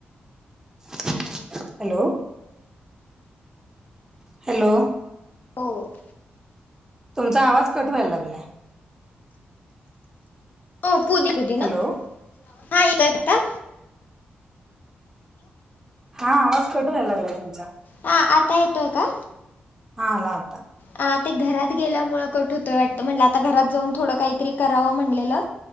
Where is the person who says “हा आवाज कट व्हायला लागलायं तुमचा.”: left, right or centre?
Right